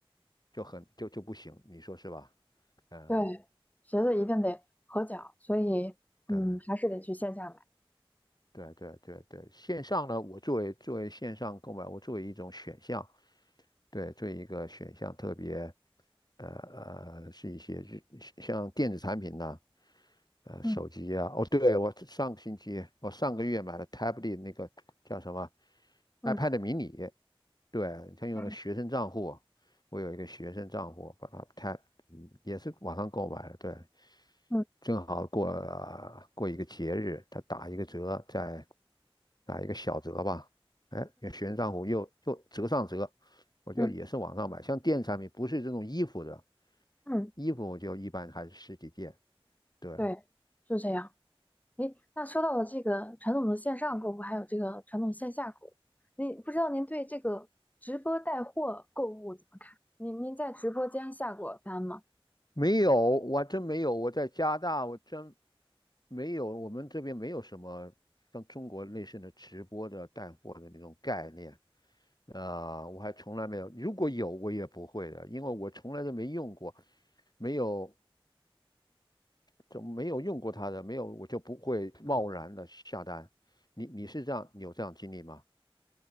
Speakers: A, on the left; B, on the left.
A: 就很就就不行，你说是吧？嗯，
B: 对，鞋子一定得合脚，所以嗯还是得去线下买。
A: 对对对对对，线上呢，我作为作为线上购买，我作为一种选项，对，作为一个选项，特别呃呃是一些日像电子产品呐、呃手机啊，
B: 嗯。
A: 哦，对，我上个星期我上个月买了 Tablet 那个叫什么
B: 嗯
A: iPad mini，对，他用了学生账户。
B: 嗯
A: 我有一个学生账户，把它 tap，嗯，也是网上购买的，对，
B: 嗯
A: 正好过过一个节日，他打一个折，再打一个小折吧，哎，有学生账户又又折上折，我就也是网上买，
B: 嗯
A: 像电子产品不是这种衣服的，
B: 嗯，嗯，
A: 衣服我就一般还是实体店，对，
B: 对，是这样。诶，那说到了这个传统的线上购物，还有这个传统线下购物，您不知道您对这个直播带货购物怎么看？您您在直播间下过单吗？
A: 没有，我还真没有。我在加拿大，我真没有。我们这边没有什么像中国类似的直播的带货的那种概念。啊、我还从来没有。如果有，我也不会的，因为我从来都没用过，没有，就没有用过它的，没有，我就不会贸然的下单。你你是这样，你有这样经历吗？